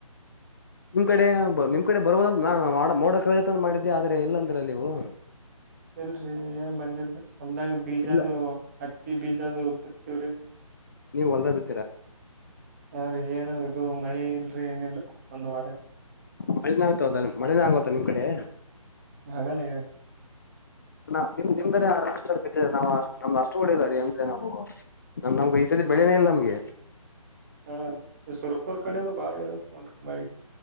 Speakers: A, on the left (about 35°); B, on the right (about 25°).
A: ನಿಮ್ ಕಡೆ ನಿಮ್ ಕಡೆ ಬರ್ಬದ ನಾು ಮೋಡಕ ಮಾಡಿದ್ದೆ ಆದ್ರೆ ಇಲ್ಲ ಅಂದ್ರ ನೀವು
B: ಇಲ್ರರಿ ಏನ್ ಬಂದಿಲ್ರಿ ಹೊಂದಾಗ ಬೀಜದ
A: ಇಲ್ಲ
B: ಹತ್ತಿ ಬೀಜ ಅದು ತವರಿ
A: ನೀವು್ ಹೊಲ್ದ ಬಿ
B: ಹ್ರೀ ಏನು ಇದು ಮಳಿ ಇಲ್ರಿ ಏನಿಲ್ಲ, ಒಂದು ವಾರ
A: ಮಳೆನಾಗಗ್ತದ ಮಳೆನ ಆಗ ನಿಮ್ ಕಡೆ
B: ಹಾಗಲ್ಲ
A: ಮ್ ನಿಮ್ದ ಅಷ್ಟ ಅರ್ಪ ನಾ್ ನಮ್ದ್ ಅಷ್ಟು ಹೊಡಿಲ್ಲ ರೀ ಅಂದ್ರೆ ನಾವು ನಮ್ ನಮ್ಗೆ ಈ ಸದ ಬೆಳೆನೇ ಇಲ್ಲ ನಮ್ಗೆ
B: ಹಾ ಈ ಸುರ್ಪುರ್ ಕಡೆದು ಬಾಳ ಇತ್ ನೋಡ್ರಿ ಮಳಿ